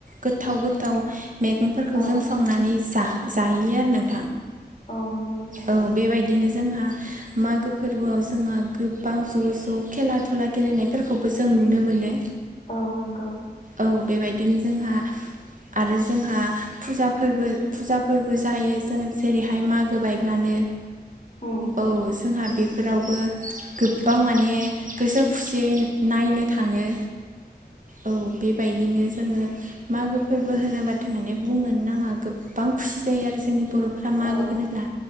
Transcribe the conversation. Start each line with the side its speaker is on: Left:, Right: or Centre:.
Right: गोथाव गोथाव मैगंफोरखौ
Left: औ
Right: जों संनानै जा जायो आरो नों
Left: औ नंगौ नोंथां
Right: औ बेबाय दिनो जोंहा मागो फोरबोआव जोंहा गोबां ज' ज' खेला दुला गेलेनायफोरखौबो जों नुनो मोनो।
Left: औ नोंगौ
Right: औ बेबायदिनो जोंहा आरो जोंहा फुजाफोरबो फुजाफोरबो जायो। जों जेरैहाय मागो बायब्लानो
Left: उम
Right: औ जोंहा बेफोरावबो गोबां माने गोसो खुसियै नायनो थाङो। औ बे बेबायदिनो जोङो मागो फोरबो होनोब्लाथाय माने बुंनो नाङा गोबां खुसि जायो आरो जोंनि बर'फ्रा मागो
Left: औ
Right: होनोब्ला